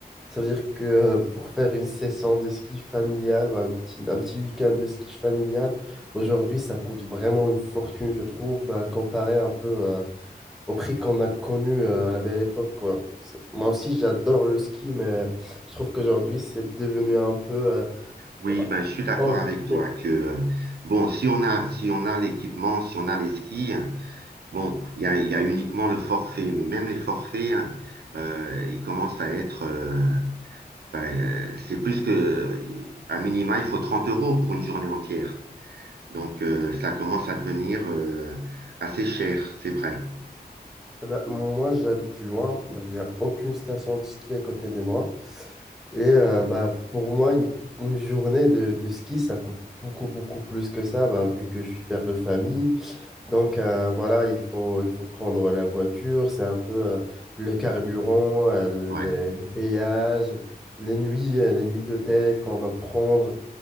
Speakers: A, in the centre; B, on the right.
A: Ça veut dire que euh, pour faire une session de ski familiale, bah, un petit, un petit week-end de ski familial, aujourd'hui, ça coûte vraiment une fortune, je trouve, bah, comparé un peu euh, au prix qu'on a connu euh, à la belle époque, quoi. C'est- Moi aussi, j'adore le ski, mais je trouve qu'aujourd'hui, c'est devenu un peu euh,
B: Oui,
A: oh, bah,
B: ben, je suis d'accord
A: hors
B: avec
A: budget.
B: toi que, euh, bon, si on a, si on a l'équipement, si on a les skis, hein, bon, il y a, il y a uniquement le forfait, mais même les forfaits, hein, euh, ils commencent à être, euh, ben, euh, c'est plus que, à minima, il faut 30 euros pour une journée entière. Donc, euh, ça commence à devenir, euh, assez cher, c'est vrai.
A: Eh ben, moi, j'habite loin. Il n'y a aucune station de ski à côté de moi. Et euh, bah, pour moi, une, une journée de, de ski, ça coûte beaucoup, beaucoup plus que ça, bah, vu que je suis père de famille. Donc euh, voilà, il faut, il faut prendre la voiture, c'est un peu euh, le carburant, euh,
B: Ouais.
A: les, les péages, les nuits, euh, les nuits d'hôtel qu'on va prendre.